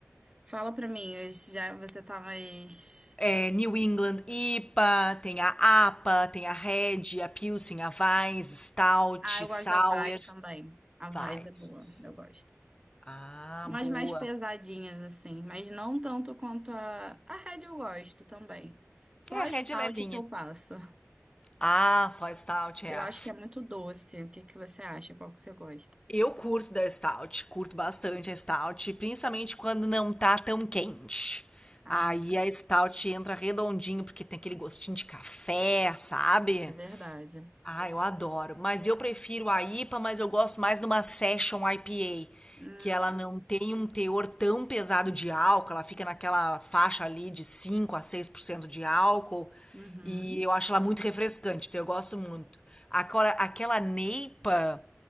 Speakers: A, on the right; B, on the left.
A: Fala pra mim, eu já você tá mais.
B: É New England IPA, tem a APA, tem a Red, a Pilsen, a Weiss, Stout,
A: Ah, eu
B: Sour,
A: gosto da Vaz também. A Vaz
B: Weiss.
A: é boa, eu gosto.
B: Ah,
A: Mas
B: boa.
A: mais pesadinhas, assim. Mas não tanto quanto a. A Red eu gosto também. Só
B: É,
A: a
B: a Red
A: Stout
B: é levinha.
A: que eu passo.
B: Ah, só Stout é.
A: Eu acho que é muito doce. O que que você acha? Qual que você gosta?
B: Eu curto da Stout, curto bastante a Stout, principalmente quando não tá tão quente.
A: Ah,
B: Aí a Stout entra redondinho, porque tem aquele gostinho de café, sabe?
A: é verdade.
B: Ah, eu adoro. Mas eu prefiro a IPA, mas eu gosto mais de uma Session IPA,
A: Hum,
B: que ela não tem um teor tão pesado de álcool, ela fica naquela faixa ali de 5 a 6% de álcool,
A: uhum.
B: e eu acho ela muito refrescante, então eu gosto muito. Agora, aquela Neipa,